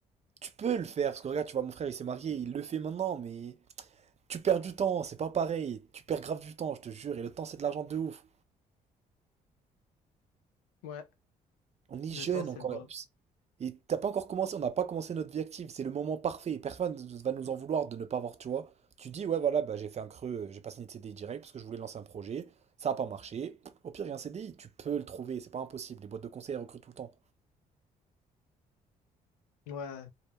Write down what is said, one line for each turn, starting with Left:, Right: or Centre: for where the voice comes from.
Right: Tu peux le faire, parce que regarde, tu vois, mon frère, il s'est marié, il le fait maintenant, mais tu perds du temps, c'est pas pareil. Tu perds grave du temps, je te jure. Et le temps, c'est de l'argent de ouf.
Left: Ouais,
Right: On est jeune
Left: le temps, c'est
Right: encore.
Left: vrai.
Right: et en plus- et t'as pas encore commencé, on n'a pas commencé notre vie active. C'est le moment parfait. Et Personne ne va nous en vouloir de ne pas avoir, tu vois. Tu dis, ouais, voilà, bah, j'ai fait un creux, euh, j'ai pas signé de CDI direct parce que je voulais lancer un projet. Ça a pas marché. Au pire, il y a un CDI, tu peux le trouver, c'est pas impossible. Les boîtes de conseil elles recrutent tout le temps.
Left: Ouais,